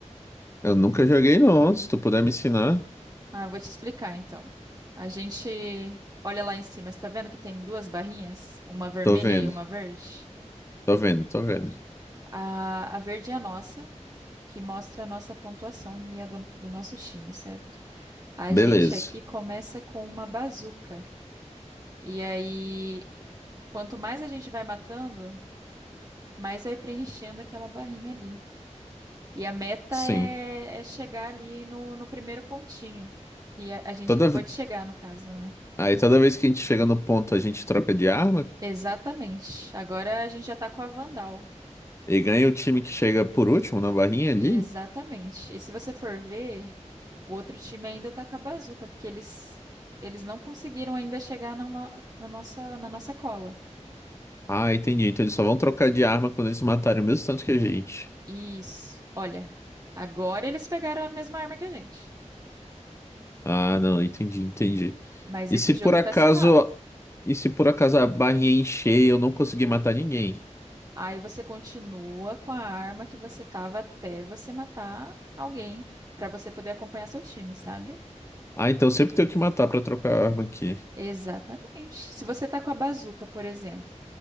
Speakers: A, on the left; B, on the right.
A: Eu nunca joguei, não. Se tu puder me ensinar,
B: Ah, eu vou te explicar então. A gente olha lá em cima, você tá vendo que tem duas barrinhas? Uma vermelha
A: tô vendo,
B: e uma verde?
A: tô vendo, tô vendo.
B: A, a verde é a nossa, que mostra a nossa pontuação e a do, do nosso time, certo? A
A: Beleza.
B: gente aqui começa com uma bazuca. E aí, quanto mais a gente vai matando, mais vai preenchendo aquela barrinha ali. E a meta
A: Sim.
B: é, é chegar ali no, no primeiro pontinho, que a, a gente
A: Toda...
B: acabou
A: ve-
B: de chegar, no caso, né?
A: Aí toda vez que a gente chega no ponto, a gente troca de arma
B: Exatamente. Agora a gente já tá com a Vandal.
A: e ganha o time que chega por último na barrinha ali.
B: Exatamente. E se você for ver, o outro time ainda tá com a Bazooka, porque eles, eles não conseguiram ainda chegar no, no, no nossa, na nossa cola.
A: Ah, entendi. Então eles só vão trocar de arma quando eles matarem o mesmo tanto que a gente.
B: Isso. Olha, agora eles pegaram a mesma arma que a gente.
A: Ah, não, entendi, entendi.
B: Mas
A: E
B: esse
A: se
B: jogo
A: por acaso,
B: tá acirrado.
A: e se por acaso a barrinha encher e eu não conseguir matar ninguém?
B: Aí você continua com a arma que você tava até você matar alguém, pra você poder acompanhar seu time, sabe?
A: Ah, então sempre tenho que matar pra trocar a arma aqui.
B: Exatamente. Se você tá com a bazuca, por exemplo,